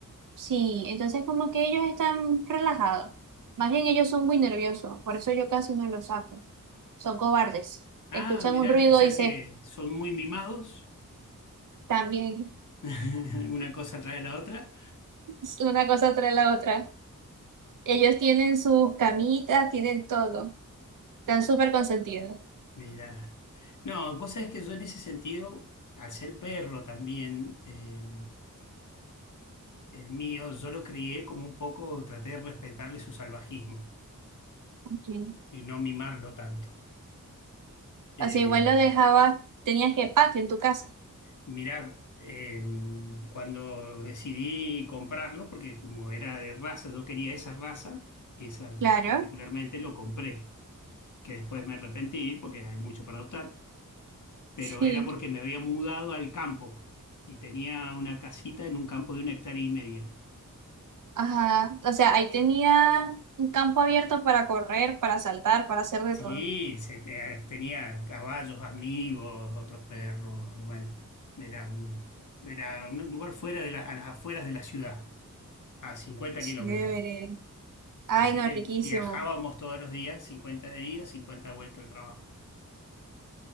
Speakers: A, on the right; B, on the left.
A: Sí, entonces como que ellos están relajados. Más bien ellos son muy nerviosos, por eso yo casi no los saco. Son cobardes. Escuchan
B: Ah, mirá,
A: un ruido
B: o sea
A: y se
B: que son muy mimados.
A: también
B: <laughs> Una cosa trae a la otra.
A: <laughs> una cosa tras la otra. Ellos tienen sus camitas, tienen todo. Están súper consentidos.
B: Mira. No, vos sabés que yo en ese sentido, al ser perro también, eh, el mío, yo lo crié como un poco, traté de respetarle su salvajismo
A: Ok.
B: y no mimarlo tanto. Eh,
A: O sea, igual lo dejabas, tenías que patio en tu casa.
B: mira, eh, cuando decidí comprarlo, porque como era de raza, yo quería esa raza, y esa
A: Claro.
B: particularmente lo compré, que después me arrepentí porque hay mucho para adoptar. pero
A: Sí.
B: era porque me había mudado al campo y tenía una casita en un campo de una hectárea y media.
A: Ajá. O sea, ahí tenía un campo abierto para correr, para saltar, para hacer de
B: Sí,
A: todo.
B: se te- tenía caballos, amigos, otros perros, bueno, era un, era un lugar fuera de la- a las afueras de la ciudad, a cincuenta
A: Chévere.
B: kilómetros.
A: Ay,
B: Así
A: no,
B: que
A: riquísimo.
B: viajábamos todos los días, 50 de ida, 50 de vuelta al trabajo.